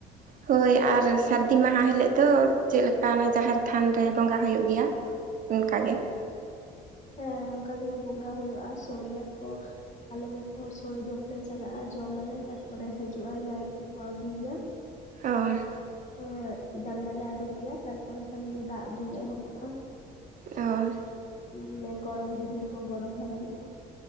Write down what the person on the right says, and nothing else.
ᱦᱳᱭ ᱟᱨ ᱥᱟᱹᱨᱫᱤ ᱢᱟᱦᱟ ᱦᱤᱞᱳᱜ ᱫᱚ ᱪᱮᱫ ᱞᱮᱠᱟ ᱚᱱᱟ ᱡᱟᱦᱮᱨ ᱛᱷᱟᱱ ᱨᱮ ᱵᱚᱸᱜᱟ ᱦᱩᱭᱩᱜ ᱜᱮᱭᱟ? ᱚᱱᱠᱟᱜᱮ
ᱚᱱ
ᱚᱼᱼ